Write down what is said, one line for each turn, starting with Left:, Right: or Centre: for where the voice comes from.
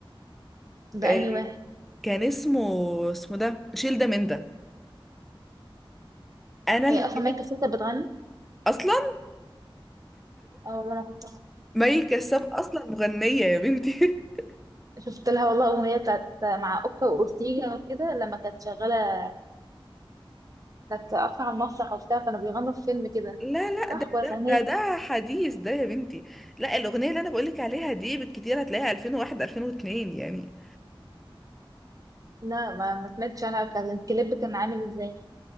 Right: ده
Centre: آه
Right: انهي واحد
Centre: كان اسمه اسمه ده شيل ده من ده انا
Right: هي
Centre: الكليب
Right: اصلا مايكا سيتا بتغني
Centre: اصلا
Right: اه والله ما كنت أعرف.
Centre: مي كساب اصلا مغنية يا بنتي <laughs>
Right: شفت لها والله اغنيه بتاعت مع اوكا واورتيجا وكده لما كانت شغاله كانت قافله على المسرح وبتاع كانوا بيغنوا في فيلم كده
Centre: لا لا
Right: صح
Centre: ده
Right: ولا
Centre: ده
Right: كان
Centre: ده
Right: هي
Centre: ده حديث ده يا بنتي لا الأغنية اللي أنا بقولك عليها دي بالكتير هتلاقيها 2001 2002 يعني
Right: لا ما ما سمعتش انا كان الكليب كان عامل ازاي